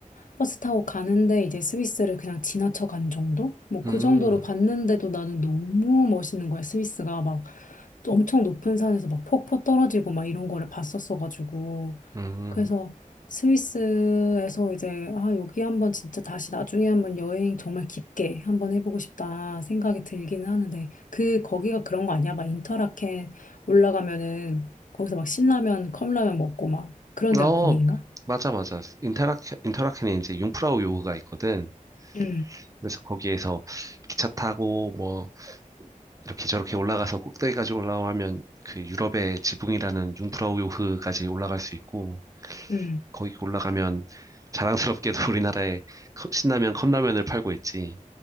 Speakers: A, on the left; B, on the right.
A: 버스 타고 가는데 이제 스위스를 그냥 지나쳐 간 정도? 뭐
B: 음,
A: 그 정도로 봤는데도 나는 너무 멋있는 거야. 스위스가 막 엄청 높은 산에서 막 폭포 떨어지고 막 이런 거를 봤었어가지고.
B: 음.
A: 그래서 스위스에서 이제 아 여기 한번 진짜 다시 나중에 한번 여행 정말 깊게 한번 해보고 싶다 생각이 들기는 하는데 그 거기가 그런 거 아니야? 막 인터라켄 올라가면은 거기서 막 신라면 컵라면 먹고 막 그런 데가
B: 어,
A: 거기인가?
B: 맞아, 맞아. 인터라, 인터라켄에 이제 융프라우 요흐가 있거든.
A: 응
B: 그래서 거기에서 기차 타고 뭐 이렇게 저렇게 올라가서 꼭대기까지 올라가면 그 유럽의 지붕이라는 융프라우 요흐까지 올라갈 수 있고
A: 응
B: 거기 올라가면 자랑스럽게도 <laughs> 우리나라에 컵- 신라면 컵라면을 팔고 있지.